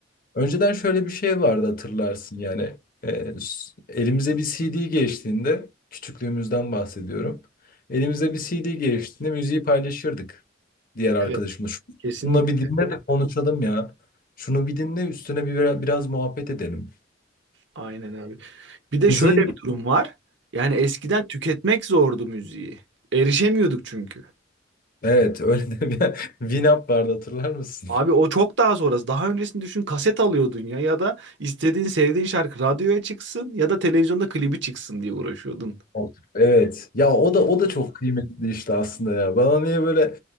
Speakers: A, on the left; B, on the right.
A: Önceden şöyle bir şey vardı hatırlarsın yani. E, s- elimize bir CD geçtiğinde küçüklüğümüzden bahsediyorum. Elimize bir CD geçtiğinde müziği paylaşırdık diğer arkadaşımla.
B: Evet.
A: Şunu
B: Kesinlikle.
A: şunu bir dinle de konuşalım ya. Şunu bir dinle üstüne bir biraz muhabbet edelim.
B: Aynen abi. Bir de
A: Müziğin
B: şöyle bir durum var. Yani eskiden tüketmek zordu müziği. Erişemiyorduk çünkü.
A: Evet <laughs> öyle de bir <laughs> Winamp vardı hatırlar mısın?
B: Abi o çok daha sonrası. Daha öncesini düşün kaset alıyordun ya ya da istediğin sevdiğin şarkı radyoya çıksın ya da televizyonda klibi çıksın diye uğraşıyordun.
A: Of. Evet. Ya o da o da çok kıymetli işte aslında ya. Bana niye böyle